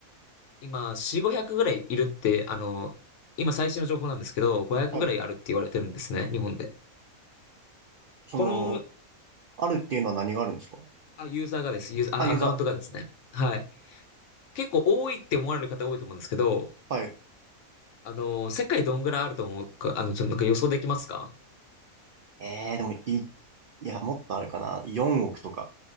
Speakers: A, on the left; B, on the right.
A: 今、4、500ぐらいいるって、あの、今最新の情報なんですけど、500ぐらいあるって言われてるんですね、
B: はい。
A: 日本で。
B: その、
A: この、
B: あるっていうのは何があるんですか
A: あ、ユーザーがです、ユーザー、
B: あ、
A: あ、
B: ユーザー。
A: アカウントがですね。はい。結構多いって思われる方多いと思うんですけど、
B: はい。
A: あの、世界どんぐらいあると思うか、あの、ちょ、なんか予想できますか
B: ええでも、い、いや、もっとあるかな。4億とか。